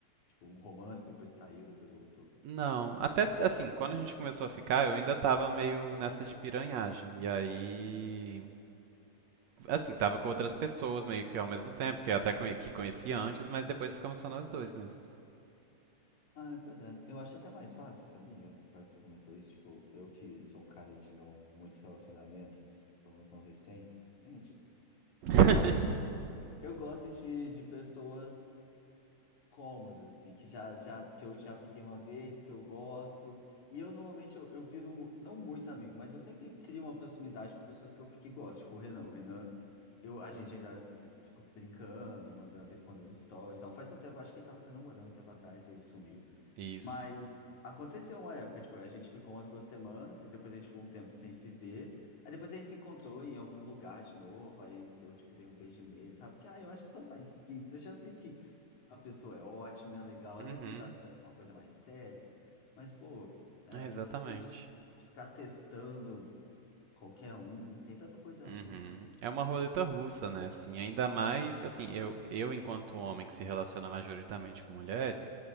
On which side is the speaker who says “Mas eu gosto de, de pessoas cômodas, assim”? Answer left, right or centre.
Left